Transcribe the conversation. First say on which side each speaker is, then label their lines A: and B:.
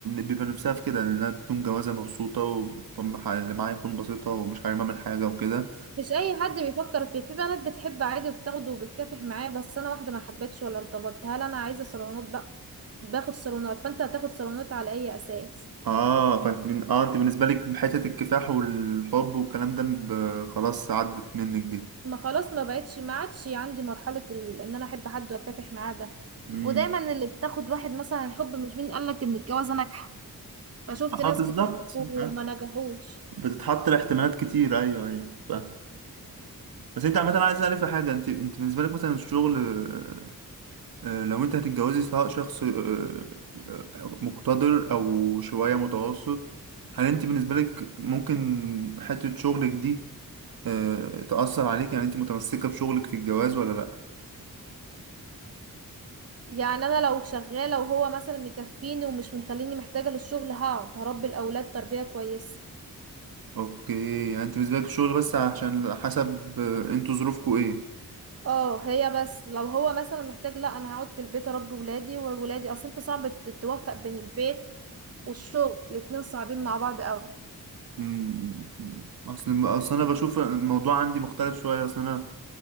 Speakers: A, on the right; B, on the right.
A: بيبقى نفسها في كده انها تكون جوازة مبسوطة واللي معاها يكون بسيطة ومش حارمها من حاجة وكده
B: مش اي حد بيفكر فيه في بنات بتحب عادي وبتاخده وبتكافح معاه بس انا واحده ما حبيتش ولا ارتبطت هل انا عايزه صالونات بقى باخد صالونات فانت هتاخد صالونات على اي اساس
A: اه فانت بن... اه انت بالنسبه لك حته الكفاح والحب والكلام ده ب... خلاص عدت منك دي
B: ما خلاص ما بقتش ما عادش عندي مرحله ال... ان انا احب حد واكافح معاه ده
A: امم
B: ودايما اللي بتاخد واحد مثلا الحب مش مين قالك ان الجواز ناجحه فشفت
A: اه
B: ناس
A: بالظبط
B: كتير حبوا
A: آه.
B: وما نجحوش
A: بتتحط لاحتمالات كتير ايوه ايوه فاهم بس انت عامه عايز اسالك في حاجه انت انت بالنسبه لك مثلا الشغل آه، آه، لو انت هتتجوزي سواء شخص آه، آه، مقتدر او شويه متوسط هل انت بالنسبه لك ممكن حته شغلك دي آه، تأثر عليك يعني انت متمسكه بشغلك في الجواز ولا لا
B: يعني انا لو شغاله وهو مثلا مكفيني ومش مخليني محتاجه للشغل هقعد هربي الاولاد تربيه كويسه
A: اوكي يعني انت بالنسبه لك الشغل بس عشان حسب آه، انتوا ظروفكوا ايه
B: اه هي بس لو هو مثلا محتاج لا انا هقعد في البيت اربي ولادي وولادي اصل انت صعب ت- توفق بين البيت والشغل الاتنين صعبين مع بعض قوي
A: مم. اصل اصل انا بشوف الموضوع عندي مختلف شويه اصل انا